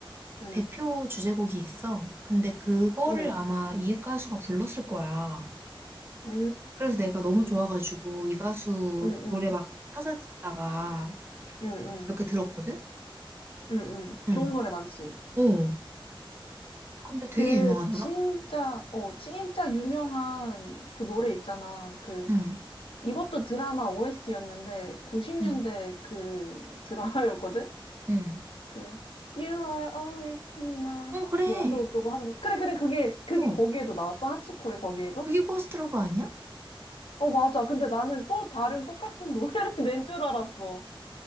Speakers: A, on the left; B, on the right.
A: 응,
B: 대표 주제곡이 있어. 근데 그거를
A: 응,
B: 아마 이 가수가 불렀을 거야.
A: 음,
B: 그래서 내가 너무 좋아가지고
A: 음,
B: 이 가수
A: 음,
B: 노래 막 찾아 듣다가
A: 음.
B: 몇
A: 음.
B: 개 들었거든?
A: 응, 응.
B: 응.
A: 좋은 노래 많지.
B: 어. 근데 되게
A: 그,
B: 유명하더라?
A: 진짜, 어, 진짜 유명한 그 노래 있잖아. 그,
B: 응.
A: 이것도 드라마 OST였는데, 90년대
B: 응.
A: 그 드라마였거든?
B: 응.
A: 그, You are always be my,
B: 어, 그래.
A: 뭐 어쩌고저쩌고 하는 거. 그래, 그래, 그게, 그게
B: 어.
A: 거기에도 나왔어? 하치코의 거기에도?
B: 그게 버스트 러브 아니야?
A: 어, 맞아. 근데 나는 또 다른 똑같은 노래를 <laughs> 낸 줄 알았어.